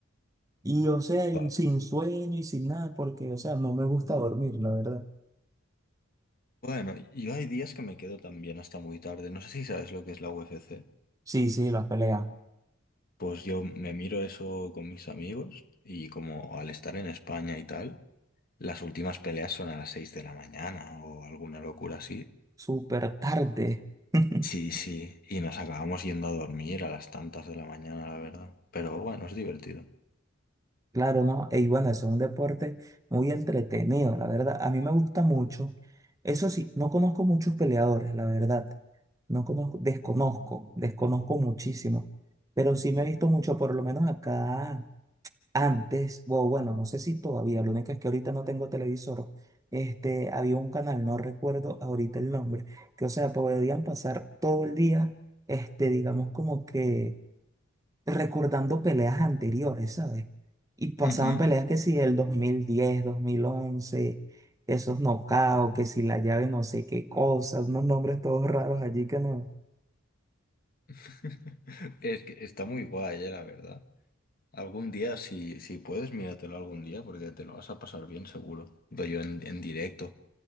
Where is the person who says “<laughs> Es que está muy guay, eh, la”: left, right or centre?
Left